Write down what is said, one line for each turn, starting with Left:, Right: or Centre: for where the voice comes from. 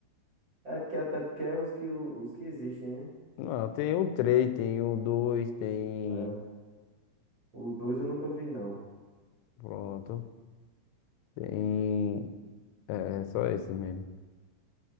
Right: É porque até porque é os que, os que existem, né?
Left: Não, tem o três tem o dois tem.
Right: É, o 2 eu nunca vi, não.
Left: Pronto. Tem. É, é só esses mesmo.